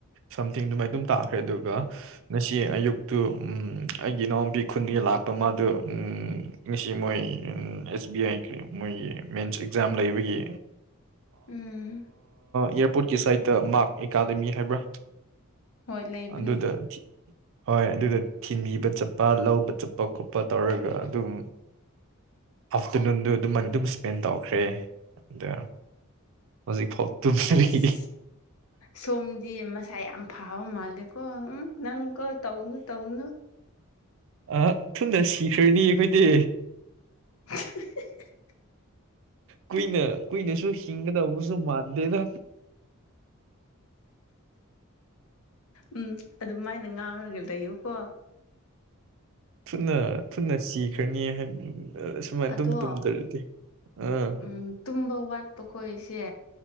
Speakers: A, on the right (about 65°); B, on the left (about 75°).
A: ꯁꯝꯊꯤꯡꯗꯨꯃꯥꯏ ꯑꯗꯨꯝ ꯇꯥꯈ꯭ꯔꯦ ꯑꯗꯨꯒ꯫ ꯉꯁꯤ ꯑꯌꯨꯛꯇꯨ ꯑꯩꯒꯤ ꯏꯅꯥꯎꯄꯤ ꯈꯨꯟꯗꯒꯤ ꯂꯥꯛꯄ ꯃꯥꯗꯨ꯫ ꯉꯁꯤ ꯃꯣꯏ ꯑꯦꯁ ꯕꯤ ꯑꯥꯏ ꯃꯣꯏꯒꯤ ꯃꯦꯟꯁ ꯑꯦꯛꯖꯥꯝ ꯂꯩꯕꯒꯤ꯫
B: ꯎꯝ
A: ꯏꯌꯥꯔꯄꯣꯔꯠꯀꯤ ꯁꯥꯏꯠꯇ ꯃꯥꯔꯛ ꯑꯦꯀꯥꯗꯃꯤ ꯍꯥꯏꯕ꯭ꯔꯥ꯫
B: ꯍꯣꯏ ꯂꯩꯕꯅꯦ
A: ꯑꯗꯨꯗ꯫ ꯍꯣꯏ ꯑꯗꯨꯗ ꯊꯤꯟꯕꯤꯕ ꯆꯠꯄ ꯂꯧꯕ ꯆꯠꯄ ꯈꯣꯠꯄ ꯇꯧꯔꯒ ꯑꯗꯨꯝ꯫ ꯑꯥꯐꯇꯔꯅꯨꯟꯗꯨ ꯑꯗꯨ ꯑꯗꯨꯝ ꯏꯁꯄꯦꯟ ꯇꯧꯈ꯭ꯔꯦ꯫ ꯑꯗ ꯍꯧꯖꯤꯛ ꯐꯥꯎꯕ ꯇꯨ ꯐꯔꯤ
B: ꯑꯁ ꯁꯣꯝꯗꯤ ꯃꯁꯥ ꯌꯥꯝ ꯐꯥꯕ ꯃꯥꯜꯂꯦꯀꯣ ꯎꯝ ꯅꯪꯀꯣ ꯇꯧꯅꯨ ꯇꯧꯅꯨ
A: ꯑ ꯊꯨꯅ ꯁꯤꯈ꯭ꯔꯅꯤ ꯑꯩꯈꯣꯏꯗꯤ
B: <inaudible>
A: ꯀꯨꯏꯅ ꯀꯨꯏꯅꯁꯨ ꯍꯤꯡꯒꯗꯕꯁꯨ ꯃꯥꯟꯗꯦꯗ
B: ꯎꯝ ꯑꯗꯨꯃꯥꯏꯅ ꯉꯥꯡꯔꯒ ꯂꯩꯌꯨꯀꯣ
A: ꯊꯨꯅ ꯊꯨꯅ ꯁꯤꯈ꯭ꯔꯅꯤ ꯍꯥꯏ ꯁꯨꯃꯥꯏꯅ
B: ꯑꯗꯣ
A: ꯑꯗꯨꯝ ꯇꯨꯝꯗꯔꯗꯤ ꯑꯥ
B: ꯎꯝ ꯇꯨꯝꯕ ꯋꯥꯠꯄ ꯈꯣꯏꯁꯦ